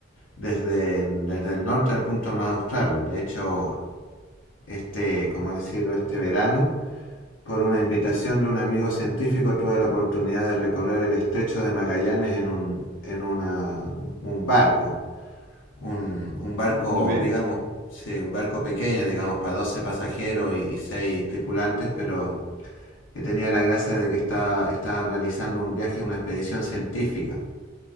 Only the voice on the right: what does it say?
Mm, Muy bien.